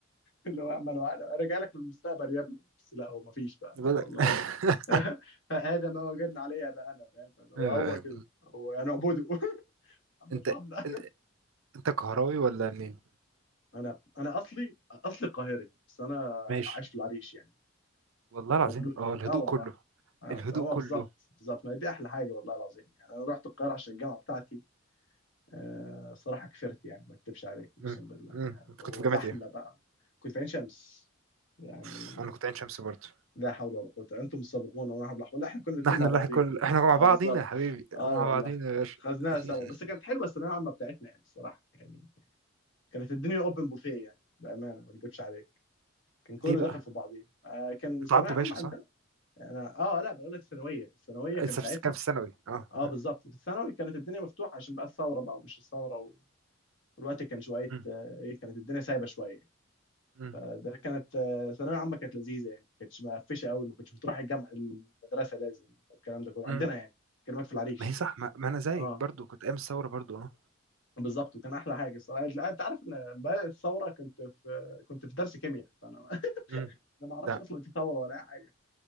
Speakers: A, on the left; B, on the right.
A: اللي هو يا عم انا انا راجع لك من المستقبل يا ابني بس لا هو مفيش بقى
B: بقول
A: لا
B: لك
A: والله
B: <laughs>
A: <laughs> هذا ما وجدنا عليه بقى انا فاهم فاللي هو
B: آه.
A: هو كده هو انا اعبده <laughs> عم
B: انت
A: ارحمنا
B: انت انت كهراوي ولا منين
A: انا انا اصلي اصلي قاهري بس انا
B: ماشي
A: عايش في العريش يعني
B: والله العظيم
A: مولود
B: اه
A: يعني
B: الهدوء
A: اه والله
B: كله
A: اه
B: الهدوء
A: آه،
B: كله
A: بالظبط بالظبط ما هي دي احلى حاجه والله العظيم يعني انا رحت القاهره عشان الجامعه بتاعتي آه صراحه كفرت يعني ما اكتبش عليك اقسم
B: مم.
A: بالله
B: مم.
A: يعني
B: انت
A: هو
B: كنت في جامعة
A: زحمه
B: ايه
A: بقى كنت في عين شمس يعني
B: اوف انا كنت عين شمس برضه
A: لا حول ولا قوه انتم السابقون وانا حول ولا قوه لا احنا كنا الاثنين
B: نحن
A: مع
B: اللي
A: بعضينا
B: كل
A: يعني
B: احنا مع
A: اه
B: بعضينا
A: بالظبط
B: يا حبيبي
A: اه
B: مع
A: والله
B: بعضينا يا باشا
A: خذناها
B: <laughs>
A: سوا بس كانت حلوه الثانويه العامه بتاعتنا يعني الصراحه يعني كانت الدنيا اوبن بوفيه يعني بامانه ما اكدبش عليك كان كله
B: ليه بقى
A: دخل في بعضيه آه كان الثانويه
B: انتوا عبدو
A: عامه
B: باشا
A: عندنا
B: صح
A: يعني اه لا بقول لك الثانويه الثانويه كان
B: لسه
A: ساعتها
B: في كان في الثانوي اه
A: اه
B: اه
A: بالظبط في الثانوي كانت الدنيا مفتوحه عشان بقى الثوره بقى ومش الثوره والوقت كان شويه
B: مم.
A: آه ايه كانت الدنيا سايبه شويه
B: مم.
A: فده كانت آه، ثانويه عامه كانت لذيذه يعني ما كانتش مقفشه قوي ما كنتش بتروح الجامعه المدرسه لازم الكلام ده كله
B: مم.
A: عندنا يعني كلامك في العريش
B: ما هي صح ما, ما انا زيك
A: اه
B: برضو كنت ايام الثوره برضو اه
A: بالظبط وكان احلى حاجه الصراحه لا، انت عارف ان بقى الثوره كنت في كنت في درس كيمياء فانا <laughs>
B: مم.
A: انا ما اعرفش
B: ده
A: اصلا في ثوره ولا اي حاجه